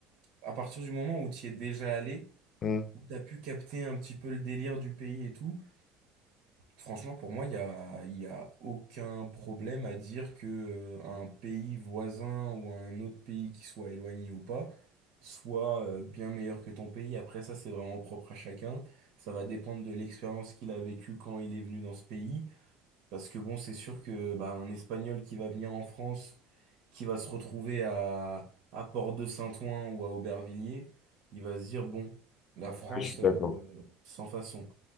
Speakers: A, on the right; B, on the left.
A: à partir du moment où tu y es déjà allé
B: Hein
A: où t'as pu capter un petit peu le délire du pays et tout Franchement, pour moi, il y a, il y a aucun problème à dire que euh, un pays voisin ou un autre pays qui soit éloigné ou pas soit euh, bien meilleur que ton pays. Après, ça, c'est vraiment propre à chacun. Ça va dépendre de l'expérience qu'il a vécue quand il est venu dans ce pays. Parce que bon, c'est sûr que bah, un Espagnol qui va venir en France, qui va se retrouver à, à Port-de-Saint-Ouen ou à Aubervilliers, il va se dire, bon, la France,
B: Ouais, je suis
A: euh,
B: d'accord.
A: sans façon.